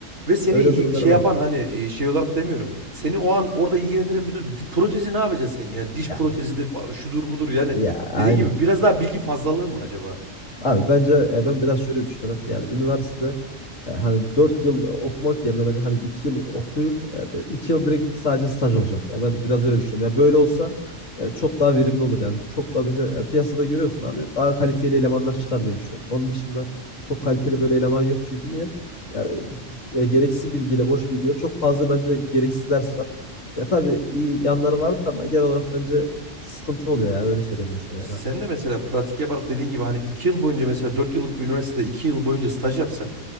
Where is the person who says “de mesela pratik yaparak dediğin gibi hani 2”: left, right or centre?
Right